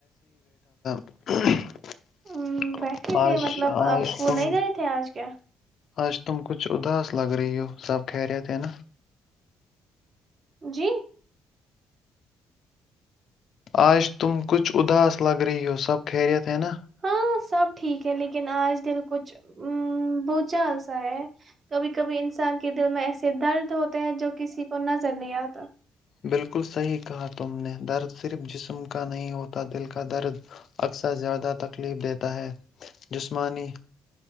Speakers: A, on the left; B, on the right.
A: ہ <inaudible>
B: ام، بیٹھے
A: آج
B: تھے مطلب
A: آج
B: آپ اسکول
A: تم
B: نہیں گئے تھے آج کیا
A: آج تم کچھ اداس لگ رہی ہو سب کہہ رہے تھے نا
B: جی
A: آج تم کچھ اداس لگ رہی ہو سب خریت ہے نا
B: ہاں سب ٹھیک کہ لیکن آج دل کچھ بہت جال کبھی کبھی انسان کے دل میں ایسے درد ہوتے ہیں جو کسی کو نظر نہیں آتا
A: بالکل صحیح کہا تم نے درد صرف جسم کا نہیں ہوتا دل کا درد اکثر زیادہ تکلیف دیتا ہے جسمانی